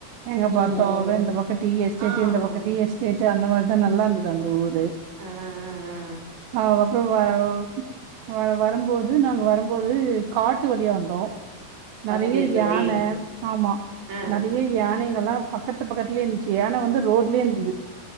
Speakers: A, on the right (about 75°); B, on the right (about 45°).
A: எங்க பாத்தாலோ
B: ம் ம் ம்
A: இந்த பக்க டி எஸ்டேட்டு
B: ஆமாம்
A: இந்த பக்க டி எஸ்டேட்டு அந்த மாரிதா நல்லா இர்துது அது அந்த ஊரு
B: ஆ ஆ ஆ ஆ
A: ஆ அதுக்கப்றோ ஆவ் வ வரும்போது நாங்க வருபோது காட்டு வலியா வந்தோ நெறைய
B: அப்படியா தோழி
A: யான ஆமா
B: ஆ ஆ
A: நெறைய யானங்கலா பக்கத்து பக்கத்லேயே இருந்சு யான வந்து ரோட்லியே இர்துது